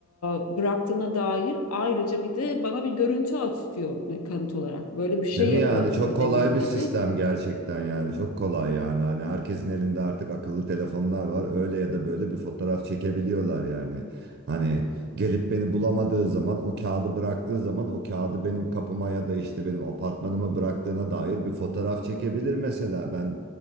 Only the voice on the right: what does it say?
Değil mi
yani çok kolay
bir
sistem gerçekten yani çok kolay yani hani herkesin elinde artık akıllı telefonlar var öyle ya da böyle bir fotoğraf çekebiliyorlar yani hani gelip beni bulamadığı zaman o kağıdı bıraktığı zaman o kağıdı benim kapıma ya da işte benim apartmanıma bıraktığına dair bir fotoğraf çekebilir mesela ben